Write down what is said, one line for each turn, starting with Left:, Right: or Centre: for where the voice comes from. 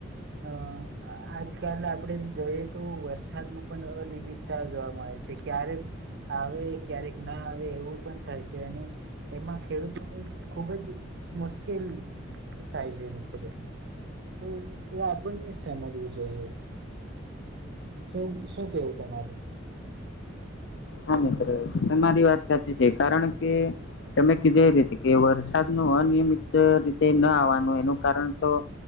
Right: અહ આજકાલ આપણે જોઈએ તો વરસાદનું પણ અનિયમિત કા જોવા મળે છે. ક્યારેક આવે, ક્યારેક ના આવે એવું પણ થાય છે, અને એમાં ખેડૂતોની ખુબજ મુશ્કેલ થાય છે મિત્ર. તો એ આપણને જ સમજવું જોઈએ. શું-શું કેવું તમારે?
Left: હા મિત્ર તમારી વાત સાચી છે. કારણ કે તમે કીધું એ રીતે કે વરસાદ નું અનિયમિત રીતે ન આવવાનું એનું કારણ તો